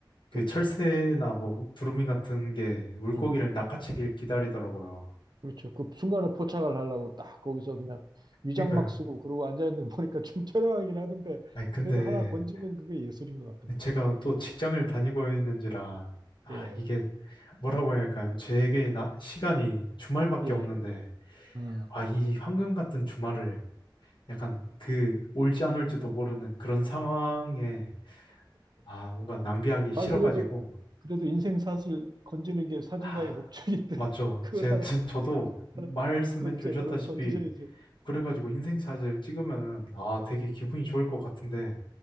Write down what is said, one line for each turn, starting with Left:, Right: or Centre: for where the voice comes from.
Left: 그
Right: 그렇죠.
Left: 철새나 뭐 두루미 같은 게 물고기를
Right: 음.
Left: 낚아채길 기다리더라고요.
Right: 그렇죠. 그 순간에 포착을 하려고 딱 거기서 그냥 위장막
Left: 그러니까요.
Right: 쓰고 그러고 앉아 있는 거 보니까 <laughs> 좀 처량하긴 하던데
Left: 아니 근데
Right: 그래도 하나 건지면 그게 예술인 것 같던데.
Left: 제가 또 직장을 다니고 있는지라 아
Right: 예,
Left: 이게 뭐라고 해야 할까요? 제게 나, 시간이 주말밖에
Right: 예.
Left: 없는데
Right: 아,
Left: 아 이 황금 같은 주말을 약간 그 올지 안 올지도 모르는 그런 상황에 아 뭔가 낭비하기 싫어가지고
Right: 아 그래도 그래도 인생 사실 건지는 게 사진가의
Left: 아
Right: 목적인데
Left: 맞죠.
Right: <laughs> 그걸
Left: 제
Right: 하나
Left: <laughs> 저도
Right: 하나
Left: 말씀해
Right: 건
Left: 주셨다시피
Right: 제대로 건지셔야죠.
Left: 그래가지고
Right: 네,
Left: 인생샷을 찍으면은
Right: 네,
Left: 아 되게 기분이 좋을 것 같은데